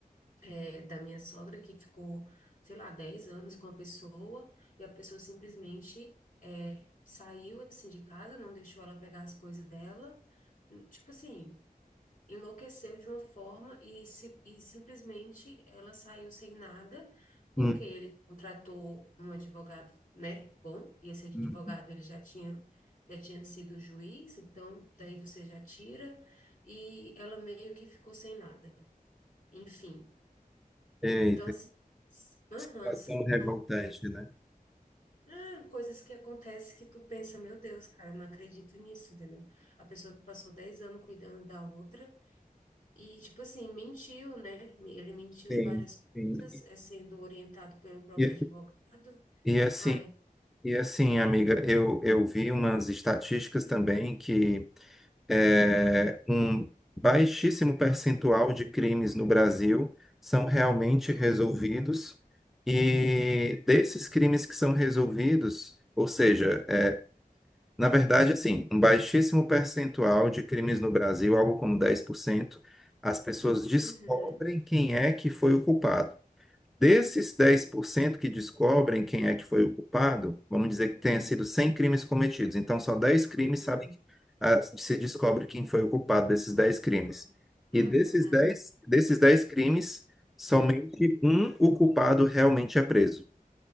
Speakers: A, on the left; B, in the centre.
A: é, da minha sogra que ficou, sei lá, 10 anos com a pessoa e a pessoa simplesmente é, saiu assim de casa, não deixou ela pegar as coisas dela, tipo assim, enlouqueceu de uma forma e, se, e simplesmente ela saiu sem nada. Porque
B: Hum.
A: ele contratou um advogado, né? Bom, e esse advogado
B: Hum.
A: ele já tinha já tinha sido juiz, então daí você já tira, e ela meio que ficou sem nada. Enfim,
B: Eita,
A: então, assim, s- aham,
B: situação
A: são
B: revoltante,
A: coisas,
B: né?
A: ah, coisas que acontecem que tu pensa, meu Deus, cara, eu não acredito nisso, entendeu? A pessoa que passou 10 anos cuidando da outra e, tipo assim, mentiu, né? Me- Ele mentiu
B: Sim,
A: em várias coisas,
B: sim.
A: é sendo orientado pelo próprio
B: E,
A: advogado.
B: e assim,
A: Ai,
B: e assim, amiga, eu, eu vi umas estatísticas também que é, um baixíssimo percentual de crimes no Brasil são realmente resolvidos, e desses crimes que são resolvidos, ou seja, é, na verdade, assim, um baixíssimo percentual de crimes no Brasil, algo como 10%, as pessoas descobrem
A: uhum,
B: quem é que foi o culpado. Desses 10% que descobrem quem é que foi o culpado, vamos dizer que tenha sido 100 crimes cometidos. Então, só dez crimes
A: uhum,
B: sabem, ah, se descobre quem foi o culpado desses dez crimes.
A: tipo, uhum.
B: E desses 10 desses dez crimes, somente um o culpado realmente é preso.